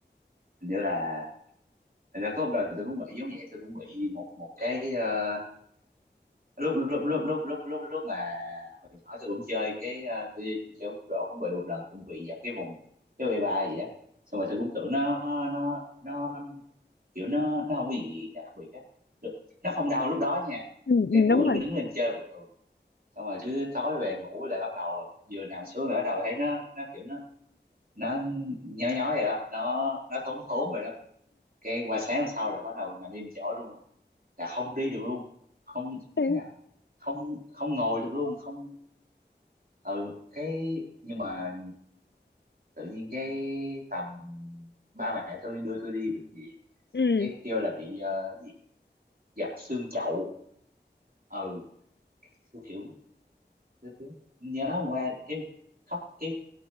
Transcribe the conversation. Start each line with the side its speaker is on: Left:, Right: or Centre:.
Right: hình như là Thành ra có một đời tôi cũng bị giống vậy tôi cũng bị một một cái ờ, lúc lúc lúc lúc lúc lúc lúc mà hồi nhỏ tôi cũng chơi cái ờ, tôi chơi bóng rổ cũng bị một lần cũng bị giật cái vùng cái bay ba gì á xong rồi tôi cũng tưởng nó nó nó kiểu nó nó không có gì đặc biệt á được nó không đau lúc đó nha
Left: ừ,
Right: cái
Left: ừ,
Right: tôi
Left: đúng
Right: vẫn
Left: rồi
Right: đứng lên chơi bình thường xong rồi cứ tối về ngủ lại bắt đầu vừa nằm xuống là bắt đầu thấy nó nó kiểu nó nó nhói nhói rồi đó nó nó thốn thốn rồi đó cái qua sáng hôm sau là bắt đầu nằm im chỗ luôn là không đi được luôn không
Left: ừ,
Right: thế là không không ngồi được luôn không ừ cái nhưng mà tự nhiên cái tầm ba mẹ tôi đưa tôi đi bệnh viện
Left: ừ.
Right: cái kêu là bị ờ, cái gì dập xương chậu ừ tôi kiểu tôi kiểu nhớ hôm qua cái khóc cái